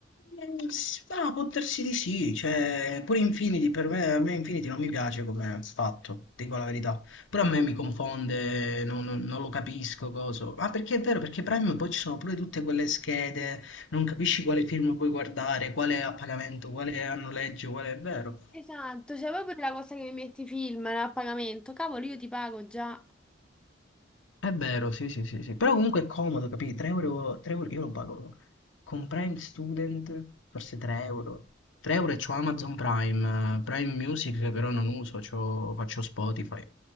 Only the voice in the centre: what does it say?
Esatto, cioè proprio la cosa che mi metti i film no, a pagamento. Cavolo, io ti pago già.